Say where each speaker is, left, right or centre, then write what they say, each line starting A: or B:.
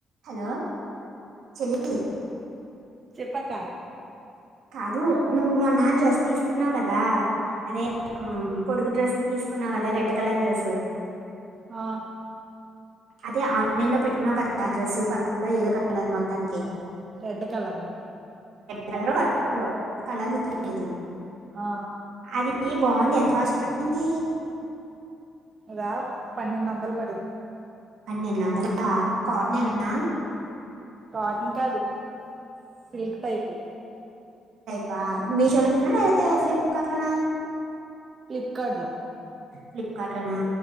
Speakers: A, on the right (about 80°); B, on the right (about 40°).
A: Hello చెల్లీ
B: చెప్పక్క
A: కాదు నువ్ మొన్న డ్రెస్ తి తీసుకున్నావు కదా అదే ఆ పొడుగు డ్రెస్ తీసుకున్నావ్ కదే రెడ్ కలర్ డ్రెస్సు
B: ఆ
A: అదే ఆన్లైన్ లో పెట్టుకున్నవ్ కదా డ్రెస్సు పరుపుల్లో ఏదో కలర్ మొత్తానికి
B: రెడ్ కలర్
A: కలరో పర్పల్లో కలర్ గుర్తులేదు
B: ఆ
A: అది బాగుంది ఎంత కాస్ట్ పడుతుంది
B: అద పన్నెండు వందలు పడింది
A: పెండెందు వందల కాటనేనా
B: హు కాటన్ కాదు సిల్క్ టైపు
A: ప మీషోలోన్ లేపితే ఫ్లిప్కార్ట్లోనా
B: ఫ్లిప్కార్ట్ లో
A: ఫ్లిప్కార్ట్ లోనా